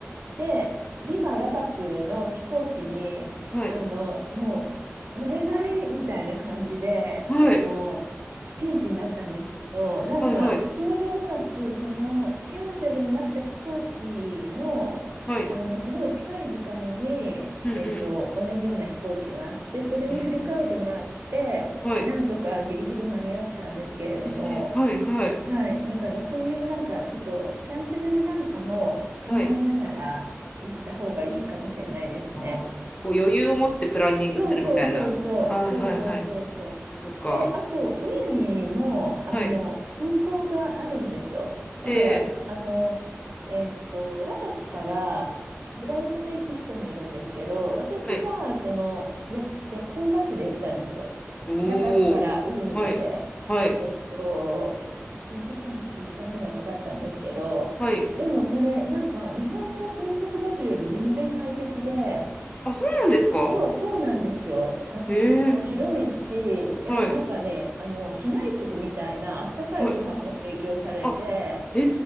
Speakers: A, on the right (about 50°); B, on the left (about 25°).
A: で、リマ・ラパスの飛行機に、
B: はい、
A: あの、もう乗れないみたいな感じで、
B: はい、
A: あの、ピンチになったんですけど、なんか、
B: はい、はい、
A: ちょうどうまく、その、キャンセルになった飛行機の、
B: はい。
A: あの、すごい近い時間に、
B: うん、
A: えっと、
B: うん。
A: 同じような飛行機があって、それに振り替えてもらって、
B: えーはい、
A: なんとかギリギリ間に合ったんですけれども、
B: えーはい、はい、
A: はい、だからそういうなんかちょっとキャンセルなんかも考えながら行った方がいいかもしれないですね。
B: はい。あーこう余裕を持ってプランニングするみたいな。
A: そうそうそうそう、
B: はいはいはい。
A: そうそうそうそう。
B: そっかそっか。
A: で、あと、ウユニも、あの、
B: はい。
A: 空港があるんですよ。だから、
B: ええ、
A: あの、えっと、ラパスからフライトで行く人もいるんですけど、私は、
B: はい。
A: その、夜、夜行バスで行ったんですよ。
B: おー。
A: ラパスからウユニまで。
B: はい。はい。
A: えっと、8時間か9時間ぐらいかかったんですけど、
B: はい。
A: でもそれ、なんか、日本の高速バスより全然快適で、
B: あ、そうなんですか
A: そう、そうなんですよ。あの、
B: ええ、
A: 席も広いし、で、
B: はい。
A: なんかね、あの、機内食みたいなあったかいご飯も提供されて、
B: はい。あ、え